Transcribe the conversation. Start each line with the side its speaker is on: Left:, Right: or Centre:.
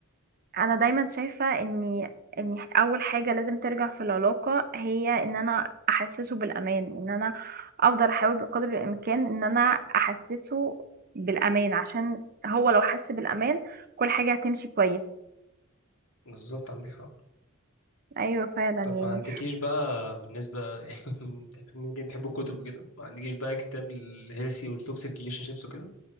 Right: انا دايما شايفة ان ان اول حاجة لازم ترجع في العلاقة هي ان انا احسسه بالامان ان انا افضل احاول بقدر الامكان ان انا احسسه بالامان عشان هو لو حس بالامان كل حاجة هتمشي كويس
Left: بالظبط عندك حق
Right: ايوه فعلا
Left: طب
Right: يعني
Left: ما عندكيش بقى بالنسبة <laughs> يعني ممكن تحب الكتب كده ما عندكيش بقى كتاب الهيلثي والتوكسيك ريليشن شيبس وكده